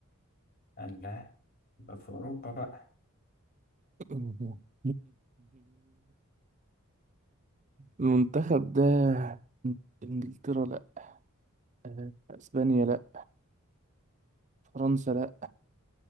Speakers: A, on the left (about 45°); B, on the right (about 35°).
A: لا يبقى في أوروبا بقى
B: <laughs> المنتخب ده انجلترا لا آه، اسبانيا لا فرنسا لا